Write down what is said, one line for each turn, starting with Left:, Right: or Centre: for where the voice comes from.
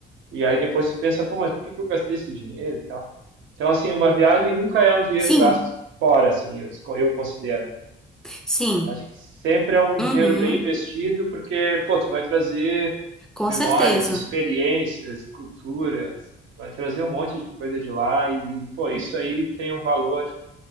Right: E aí depois tu pensa, pô, mas por que que eu gastei esse dinheiro e tal? Então, assim, uma viagem nunca é um dinheiro
Centre: sim,
Right: gasto fora, assim, eu, desco- eu considero, né?
Centre: sim.
Right: Acho que sempre é um
Centre: Uhum.
Right: dinheiro bem investido, porque, pô, tu vai trazer
Centre: Com
Right: memórias,
Centre: certeza.
Right: experiências, culturas, vai trazer um monte de coisa de lá e, pô, isso aí tem um valor,